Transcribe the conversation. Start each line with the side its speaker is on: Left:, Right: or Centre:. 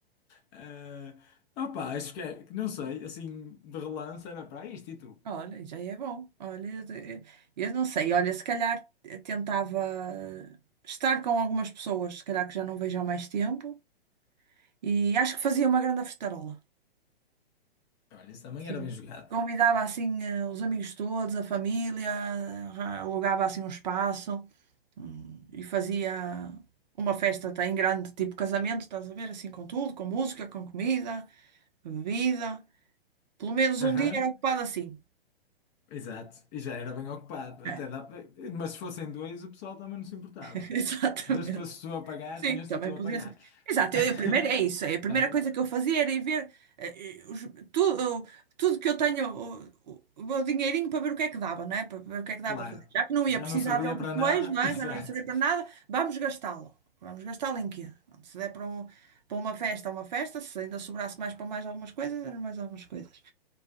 Left: Eh, opá, acho que é, que não sei, assim, de relance era para isto e tu.
Right: Olha, já é bom. Olha, eu eu não sei. Olha, se calhar tentava estar com algumas pessoas, se calhar que já não vejo há mais tempo, e acho que fazia uma grande festarola.
Left: Olha, isso também
Right: Sim.
Left: era bem jogado.
Right: Convidava assim eh, os amigos todos, a família, arra- alugava assim um espaço, hum, e fazia uma festa até em grande, tipo casamento, estás a ver? Assim com tudo, com música, com comida, bebida. Pelo menos
Left: Aham.
Right: um dia era ocupado assim.
Left: Exato, e já era bem ocupado. Até
Right: É,
Left: dá... Mas se fossem dois, o pessoal também não se importava.
Right: <laughs> Exatamente.
Left: Desde que fosses tu a pagar,
Right: Sim,
Left: tinhas-te
Right: também
Left: a tu a
Right: podia
Left: pagar.
Right: ser. Exato,
Left: <laughs>
Right: eu, a primeira, é isso. é A primeira
Left: Também,
Right: coisa que eu fazia era ir ver eh, eh, os- tudo, tudo que eu tenho, o, o- o meu dinheirinho para ver o que é que dava, não é? Para ver o que é que dava
Left: claro.
Right: para fazer. Já que não
Left: Já
Right: ia precisar
Left: não servia
Right: dele
Left: para
Right: depois,
Left: nada,
Right: não
Left: <laughs>
Right: é?
Left: exato.
Right: Já não ia servir para nada, vamos gastá-lo. Vamos gastá-lo em quê? Se der para, um- para uma festa, é uma festa, se ainda sobrasse mais para mais algumas coisas, eram mais algumas coisas.